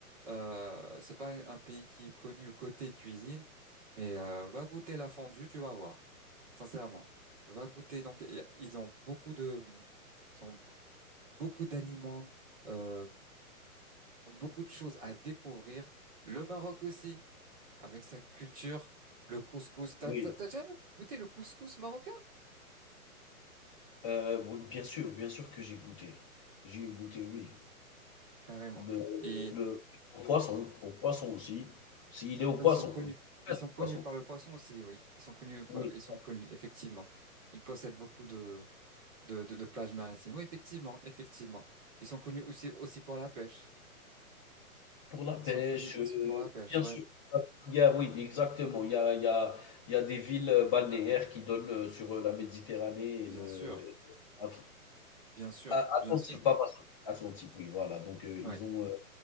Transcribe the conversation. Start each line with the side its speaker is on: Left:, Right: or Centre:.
Right: Euh, c'est pas un pays qui est connu côté cuisine, mais euh, va goûter la fondue, tu vas voir. Sincèrement, va goûter. Donc, y a- ils ont beaucoup de, ils ont beaucoup d'aliments, euh, beaucoup de choses à découvrir. Le Maroc aussi, avec sa culture, le couscous. T'as,
Left: oui.
Right: t'as t'as jamais goûté le couscous marocain?
Left: Euh, oui, bien sûr, bien sûr que j'ai goûté. J'ai goûté, oui.
Right: Carrément.
Left: Le
Right: Et
Left: le au poisson, au poisson aussi, s'il est au
Right: oui,
Left: poisson,
Right: ils sont connus.
Left: faites
Right: Ils
Left: au
Right: sont connus
Left: poisson.
Right: par le poisson aussi, oui. Ils sont connus, par-
Left: Oui,
Right: ils sont connus, effectivement. Ils possèdent beaucoup de, de, de, de plages maritimes. Oui, effectivement, effectivement. Ils sont connus aussi, aussi pour la pêche.
Left: pour la pêche,
Right: Ils sont connus aussi
Left: heu,
Right: pour la pêche,
Left: bien
Right: ouais.
Left: sûr, il y a oui, exactement, il y a il y a il y a des villes, heu, balnéaires qui donnent, heu, sur, heu, la Méditerranée et le
Right: Bien sûr,
Left: et l'Atl
Right: bien sûr,
Left: A Atlantique,
Right: bien sûr.
Left: pas Pacifique, Atlantique, oui, voilà, donc heu,
Right: Ouais,
Left: ils ont, heu,